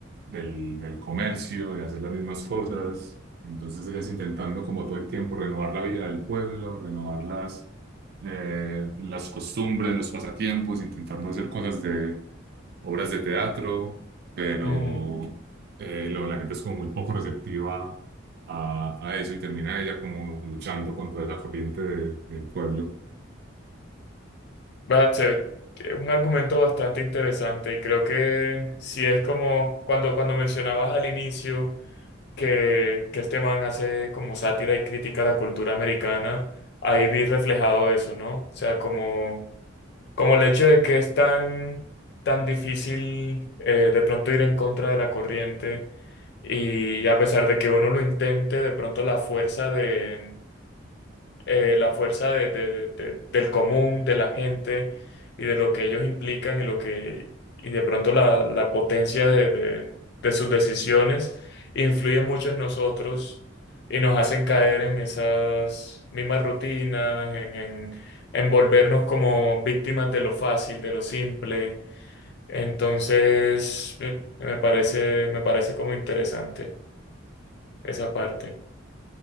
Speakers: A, on the right; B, on the left.
A: del, del comercio, de hacer las mismas cosas. Entonces ellas intentando como todo el tiempo renovar la vida del pueblo, renovar las, eh, las costumbres, los pasatiempos, intentando hacer cosas de obras de teatro, pero
B: mm.
A: eh, lo- la gente es como muy poco receptiva a, a eso y termina ella como luchando contra la corriente de- del pueblo.
B: Va a ser un argumento bastante interesante y creo que si es como cuando, cuando mencionabas al inicio que, que este man hace como sátira y crítica a la cultura americana, ahí vi reflejado eso, ¿no? O sea, como, como el hecho de que es tan, tan difícil eh, de pronto ir en contra de la corriente y a pesar de que uno lo intente, de pronto la fuerza de eh, la fuerza de- de- de- de- del común, de la gente y de lo que ellos implican y lo que y de pronto la, la potencia de, de- de sus decisiones influye mucho en nosotros y nos hacen caer en esas mismas rutinas, en, en, en volvernos como víctimas de lo fácil, de lo simple. Entonces, me me parece, me parece como interesante esa parte.